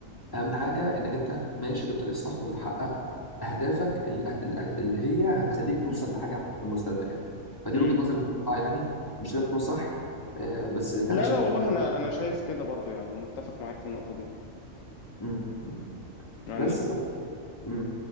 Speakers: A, on the left; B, on the left.
A: أهم حاجة إنك أنت ماشي بالطريق الصح وبتحقق أهدافك اللي هت- اللي هي هتخليك توصل
B: مم.
A: لحاجة عالية في المستقبل يعني فدي
B: مم.
A: وجهة نظري المتقطعة يعني مش لازم تكون صح آه، بس أنا
B: لا
A: شايف
B: لا والله
A: إن ده-
B: انا انا شايف كده برضو يعني انا متفق معاك في النقطه دي
A: م- م-
B: يعني
A: بس ف... م-